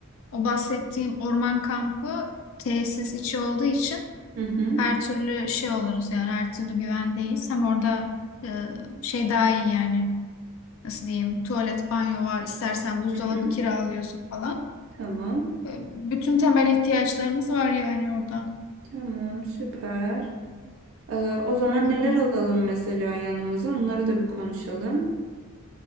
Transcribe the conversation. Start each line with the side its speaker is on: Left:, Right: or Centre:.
Left: o bahsettiğim orman kampı tesis içi olduğu için
Right: Hı hı.
Left: her türlü şey oluruz yani her türlü güvendeyiz. Hem orada e, şey daha iyi yani nasıl diyeyim tuvalet, banyo var, istersen buzdolabı
Right: Hı hı.
Left: kiralıyorsun falan.
Right: Tamam.
Left: E, Bütün temel ihtiyaçlarımız var yani orada.
Right: Tamam, süper. Ee, o zaman
Left: Hı hı.
Right: neler alalım mesela yanımıza? Onları da bir konuşalım.